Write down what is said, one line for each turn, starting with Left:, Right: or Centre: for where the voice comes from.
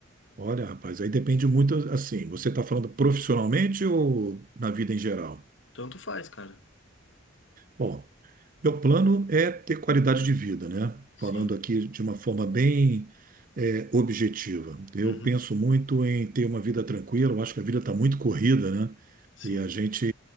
Right: Olha, rapaz, aí depende muito assim. Você está falando profissionalmente ou na vida em geral?
Left: Tanto faz, cara.
Right: Bom, Meu plano é ter qualidade de vida, né?
Left: Sim.
Right: Falando aqui de uma forma bem, é, objetiva. Eu
Left: Uhum.
Right: penso muito em ter uma vida tranquila, eu acho que a vida está muito corrida, né?
Left: Sim.
Right: E a gente